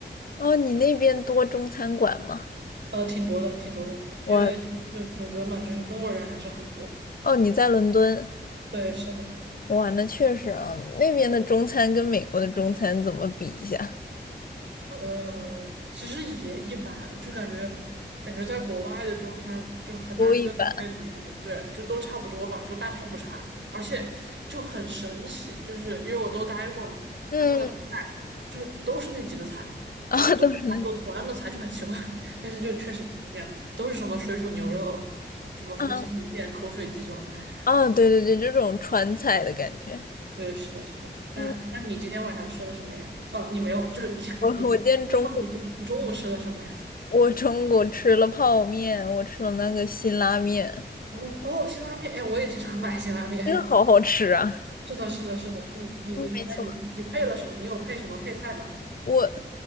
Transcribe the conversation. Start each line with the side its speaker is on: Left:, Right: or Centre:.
Left: 哦，你那边多中餐馆吗？
Right: 呃，挺多的，挺多的，
Left: 我
Right: 因为就伦敦嘛，就是中国人还是很多。
Left: 哦，你在伦敦，
Right: 对，是的。
Left: 哇，那确实啊，那边的中餐跟美国的中餐怎么比一下？
Right: 呃，其实也一般，就感觉感觉在国外的中餐就很难跟国内的比，
Left: 不一般。
Right: 对，就都差不多吧，就大差不差，而且就很神奇，就是因为我都待过嘛，
Left: 嗯，
Right: 他们的菜就都是那几个菜，
Left: <laughs> 啊、
Right: 就都很同样的菜，
Left: 都是那，
Right: 就很奇怪，<laughs> 但是就确实是这样，都是什么水煮牛肉、什么夫妻肺片、
Left: 嗯，
Right: 口水鸡这种菜。
Left: 哦，对对对，这种川菜的感觉。
Right: <laughs> 对，是的，是的。那那你今天晚上吃了什么呀？
Left: 嗯。
Right: 哦，你没有，就是你你，
Left: 我我今天中午
Right: 那问你你中午吃了什么呀？
Left: 我中午吃了泡面，我吃了那个辛拉面，
Right: 哦哦，辛拉面，哎，我也经常买辛拉面。
Left: 真的好好吃啊！
Right: <laughs> 是的，是的，是的。你你你，
Left: 嗯，没错。
Right: 那你你配了什么？你有配什么配菜吗？
Left: 我